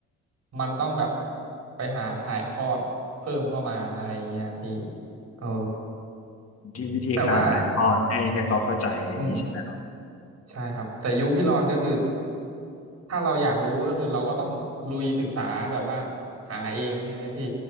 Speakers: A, on the right; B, on the left.
A: มันต้องแบบไปหาถ่ายทอดเพิ่มเข้ามาอะไรเงี้ยพี่เออ
B: ที่วิธีการถ่ายทอดให้ให้เขาเข้าใจอย่างนี้ใช่ไหม
A: แต่ว่า อืมใช่ครับแต่ยุคพี่รอนก็คือถ้าเราอยากรู้ก็คือเราก็ต้องลุยศึกษาแบบว่าหาเองใช่ไหมพี่